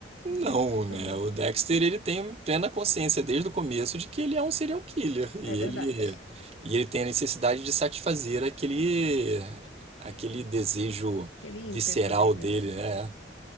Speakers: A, on the right; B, on the left.
A: não,
B: muito perturbado.
A: né? O Dexter, ele tem plena consciência desde o começo de que ele é um serial killer. E
B: É verdade.
A: ele, e ele tem a necessidade de satisfazer aquele Aquele desejo
B: Aquele ímpeto
A: visceral
B: dele,
A: dele,
B: né?
A: é.